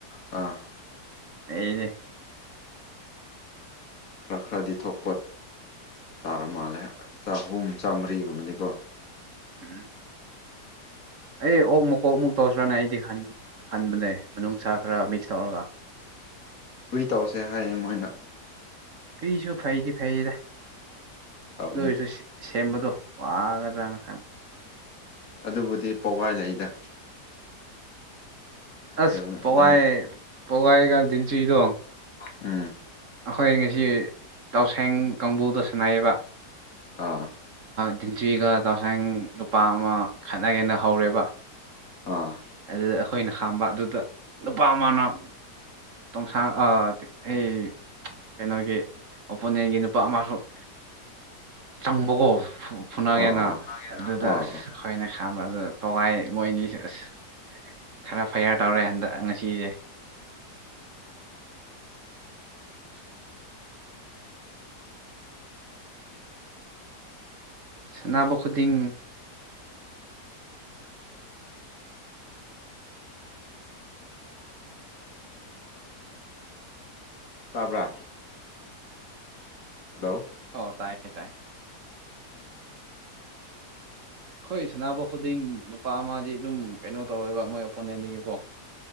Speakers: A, on the left; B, on the right.
A: ꯑꯥ
B: ꯑꯩꯅꯦ
A: ꯈꯔ ꯈꯔꯗꯤ ꯊꯣꯛꯄ ꯇꯥꯔ ꯃꯥꯜꯂꯦ ꯆꯍꯨꯝ ꯆꯥꯝꯃꯔꯤꯒꯨꯝꯕꯗꯤꯀꯣ
B: ꯎꯝ ꯑꯩ ꯑꯣꯛ ꯃꯨꯛ ꯀꯣꯛ ꯃꯨꯛ ꯇꯧꯁꯤ꯭ꯔꯥꯅꯦ ꯑꯩꯗꯤ ꯍꯟꯕꯅꯦ ꯃꯅꯨꯡꯁꯥ ꯈꯔ ꯃꯤꯛꯁ ꯇꯧꯔꯒ
A: ꯍꯨꯏ ꯇꯧꯁꯦ ꯍꯥꯏꯌꯦ ꯃꯣꯏꯅ
B: ꯍꯨꯏꯁꯨ ꯐꯩꯗꯤ ꯐꯩꯌꯦꯗ
A: ꯇꯧꯕꯅꯦ
B: ꯑꯗꯨꯣꯏꯔꯁꯨ ꯁꯦꯝꯕꯗꯣ ꯋꯥꯒꯗ꯭ꯔꯅ ꯈꯟꯕ
A: ꯑꯗꯨꯕꯨꯗꯤ ꯄꯒꯥꯏ ꯂꯩꯗ
B: ꯑꯁ
A: ꯑꯗꯨꯅ
B: ꯄꯋꯥꯏ
A: ꯑꯗꯨꯝ
B: ꯄꯋꯥꯏ <unintelligible>
A: ꯎꯝ
B: ꯑꯩꯈꯣꯏ ꯉꯁꯤ ꯇꯎꯁꯦꯡ ꯀꯥꯡꯕꯨꯗ ꯁꯅꯥꯏꯌꯦꯕ
A: ꯑꯥ
B: ꯗꯤꯟꯆꯨꯏꯒ ꯇꯎꯁꯦꯡ ꯅꯨꯨꯄꯥ ꯑꯃ ꯈꯠꯅꯒꯦꯅ ꯍꯧꯔꯦꯕ
A: ꯑꯥ
B: ꯑꯗꯨꯗ ꯑꯩꯈꯣꯏꯅ ꯈꯥꯝꯕ ꯑꯗꯨꯗ ꯅꯨꯨꯄꯥ ꯑꯃꯅ ꯇꯣꯡꯁꯥꯡ ꯑꯩ ꯀꯩꯅꯣꯒꯤ ꯑꯣꯄꯣꯅꯦꯟꯒꯤ ꯅꯨꯄꯥ ꯑꯃꯁꯁꯨ ꯆꯪꯕꯀꯣ ꯐꯨꯅꯒꯦꯅ
A: ꯑꯣ ꯑꯣ
B: ꯑꯗꯨꯗ
A: ꯑꯣ
B: ꯑꯁ
A: ꯑꯣ
B: ꯑꯩꯈꯣꯏꯅ ꯈꯥꯝꯕ ꯑꯗꯨꯗ ꯄꯒꯥꯏ ꯃꯣꯏꯅꯤꯁꯨ ꯑꯁ ꯈꯔ ꯐꯩꯌꯥꯥꯔ ꯇꯧꯔꯦ ꯍꯟꯗꯛ ꯉꯁꯤꯁꯦ ꯑꯁ ꯁꯅꯥꯕ ꯈꯨꯗꯤꯡ
A: ꯇꯥꯕ꯭ꯔꯥ ꯍꯂꯣ
B: ꯑꯣ ꯇꯥꯏꯌꯦ ꯇꯥꯏ
A: ꯎꯝ
B: ꯑꯩꯈꯣꯏ ꯁꯥꯟꯅꯕ ꯈꯨꯗꯤꯡ ꯅꯨꯄꯥ ꯑꯃꯗꯤ ꯑꯗꯨꯝ ꯀꯩꯅꯣ ꯇꯧꯋꯦꯕ ꯃꯣꯏ ꯑꯣꯄꯣꯅꯦꯟꯗꯒꯤꯀꯣ